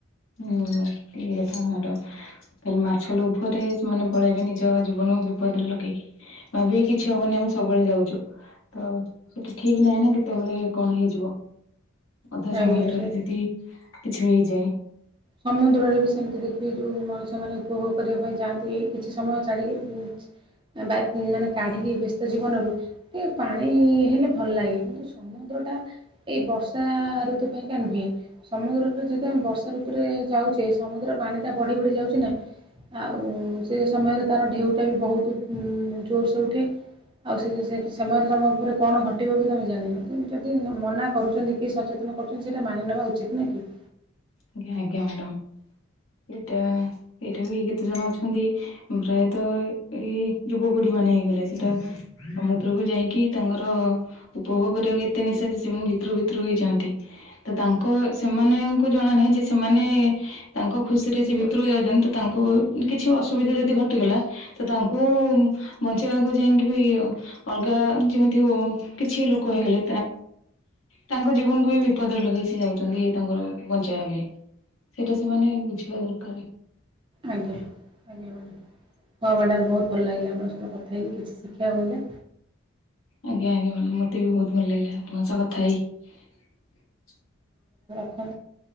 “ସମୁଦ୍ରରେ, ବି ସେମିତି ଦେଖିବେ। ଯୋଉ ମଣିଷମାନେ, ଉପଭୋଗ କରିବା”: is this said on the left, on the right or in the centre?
Right